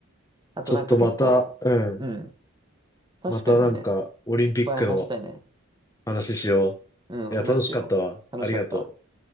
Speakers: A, on the right (about 20°); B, on the left (about 15°).
A: あとなんか結構、
B: ちょっとまた、うん。
A: うん。確かにね、
B: またなんか、オリンピックの
A: いっぱい話したいね。
B: 話しよ
A: うん、
B: う。いや、
A: 話しよう。
B: 楽しかったわ。
A: 楽しかった。
B: ありがとう。